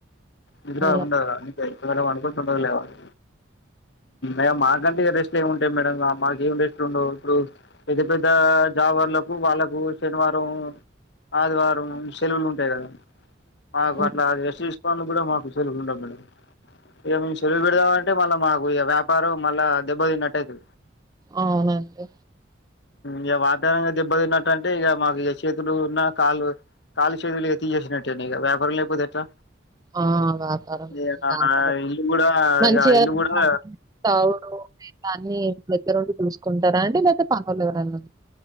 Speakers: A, on the left; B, on the right.
A: నిద్ర
B: అలా
A: ఉండదు, తొందరగా పండుకొని, తొందరగా లేవాలి. ఇక మాకంటే రెస్ట్ ఏమి ఉంటాయి మేడం మాక్ ఏం రెస్ట్ ఉండవు, ఇప్పుడు. పెద్ద పెద్ద జాబర్లకు, వాళ్ళకు శనివారం, ఆదివారం, సెలవులు. అంతే కదా, మాకు
B: హ్మ్.
A: అట్లా రెస్ట్ తీసుకోనికి కూడా మాకు సెలవు ఉండవు మడం. ఇక మేము శెలువు పెడదామంటే మళ్ళా మాకు, ఇక వ్యాపారం మళ్ళా దెబ్బ తిన్నట్టయితది.
B: అవునండి.
A: ఇక వాతావరణం దెబ్బ తిన్నట్టంటే ఇక మాకు చేతులు ఉన్నా కాళ్ళు కాళ్ళు, చేతులు ఇక తిసెసినట్టె వ్యాపారం లేకపోతే ఎట్ల.
B: ఆ! వ్యాపారం
A: ఇక
B: బాగానే
A: నా ఇల్లు కూడా
B: మంచిగా
A: ఇగ ఇల్లు కూడా.
B: తాగుడు అన్ని దగ్గరుండి చూసుకుంటారా అండి లేకపోతే పనులు ఎవరన్నా.